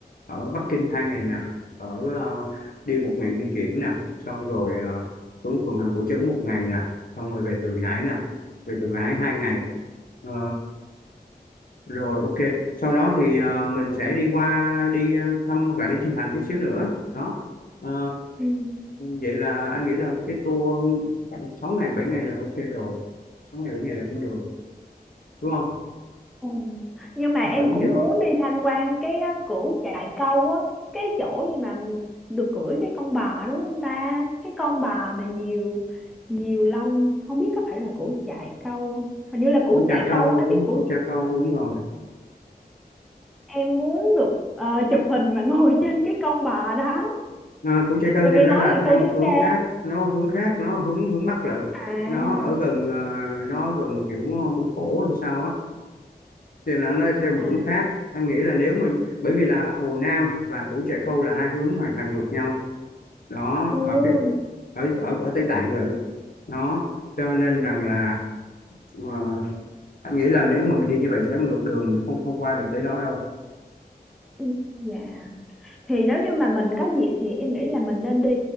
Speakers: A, on the left (about 60°); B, in the centre.
A: ở Bắc Kinh hai ngày nè ở ờ, đi một ngày di chuyển nè xong rồi ờ, xuống phường Hoàng Cổ Trấn một ngày nè xong rồi về Thượng Hải nè về Thượng Hải hai ngày Ờ, rồi ok sau đó thì ờ, mình sẽ đi qua đi ờ, thăm Vạn Lý Trường Thành chút xíu nữa đó Ờ,
B: Ừ.
A: vậy là anh nghĩ là cái tour khoảng 6 ngày 7 ngày là ok rồi 6 ngày 7 ngày là cũng được đúng không
B: Ừ. Nhưng mà em
A: đủ
B: cũng
A: chưa
B: muốn đi tham quan cái á, cửu chạy câu á, cái chỗ gì mà được cưỡi cái con bò đúng không ta? Cái con bò mà nhiều nhiều lông, không biết có phải là cửu chạy câu không? Hình như là cửu
A: Củ Trà
B: chạy
A: Câu
B: câu
A: đúng
B: á, anh biết cửu
A: Củ Trà Câu đúng rồi
B: em muốn được ờ, chụp hình mà <laughs> ngồi trên cái con bò đó.
A: à, Củ Trà Câu
B: Mà
A: thì
B: nghe
A: nó
B: nói
A: là
B: là
A: theo
B: cô
A: một
B: đếch
A: hướng
B: xa.
A: khác nó hướng khác nó hướng hướng Bắc lận
B: À,
A: nó ở gần ờ, nó gần kiểu ờ, Mông Cổ hay sao á thì là nó theo một
B: à.
A: hướng khác anh nghĩ là nếu mà bởi vì là Hồ Nam và Củ Trà Câu là hai hướng hoàn toàn ngược nhau đó
B: Ồ,
A: ở phía ở ở, ở Tây Tạng lận đó cho nên rằng là ờ, anh nghĩ là nếu mà mình đi như vậy sẽ ngược đường mình không không qua được tới đó đâu
B: Ừ, Dạ thì nếu như mà mình có dịp thì em nghĩ là mình nên đi